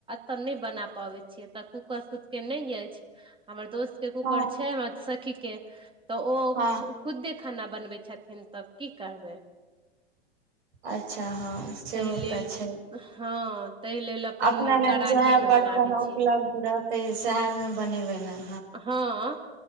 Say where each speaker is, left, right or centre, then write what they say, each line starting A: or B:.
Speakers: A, on the right (about 15°); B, on the right (about 70°).
A: तऽ बना पै छीऽ कूकर खुद के नहि अछि हमर दोस्त कूकर
B: हँ
A: छै हमरा सखी के तऽ ओ
B: हँ
A: खुद्दे खाना बनबै छथिन तऽ की करबै
B: अच्छा हँ सेहो
A: ताहि लेल
B: तऽ छै
A: हँ ताहि लेल अपन
B: अपना लग
A: कड़ाहिए
B: जएह
A: मे
B: बर्तन
A: बनाबै
B: उपलब्ध
A: छियै
B: रहतै सएह मे बनेबै न
A: हँ